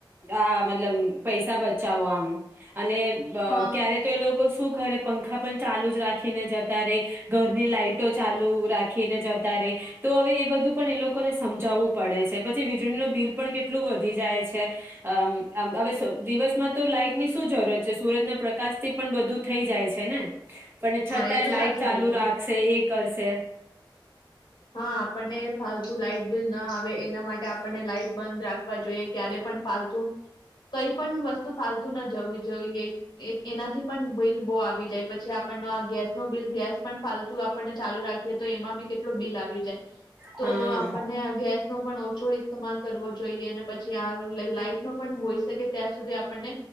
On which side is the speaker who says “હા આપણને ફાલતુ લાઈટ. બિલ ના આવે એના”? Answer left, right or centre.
Left